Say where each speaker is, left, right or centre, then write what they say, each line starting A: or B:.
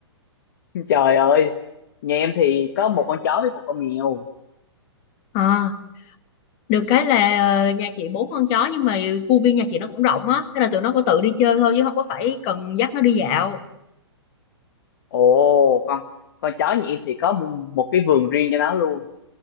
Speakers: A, on the left (about 50°); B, on the left (about 35°).
A: <laughs> Trời ơi, nhà em thì có một con chó với một con mèo.
B: Ờ, được cái là ờ, nhà chị bốn con chó nhưng mà khu viên nhà chị nó cũng rộng á, thế là tụi nó có tự đi chơi thôi chứ không có phải cần dắt nó đi dạo.
A: Ồ, con con chó nhà em thì có một, một cái vườn riêng cho nó luôn.